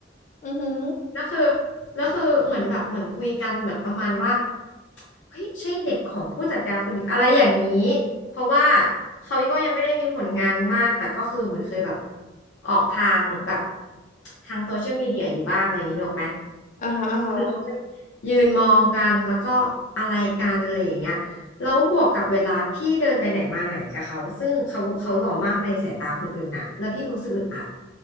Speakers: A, on the left; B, on the left.
A: อือหือ
B: แล้วคือแล้วคือเหมือนแบบเหมือนคุยกันแบบประมาณว่าเฮ้ยใช่เด็กของผู้จัดการคนนี้อะไรอย่างนี้เพราะว่าเขาก็ยังไม่ได้มีผลงานมากแต่ก็คือเหมือนเคยแบบออกทางแบบทางโซเชียลมีเดียอยู่บ้างอะไรอย่างนี้นึกออกไหม
A: อ่าฮะอ่าฮะ
B: เราก็ยืนมองกันแล้วก็อะไรกันอะไรอย่างเงี้ยแล้วบวกกับเวลาพี่เดินไปไหนมาไหนกับเขาซึ่งเขาเขาหล่อมากในสายตาคนอื่นน่ะแล้วพี่รู้สึกอึดอัด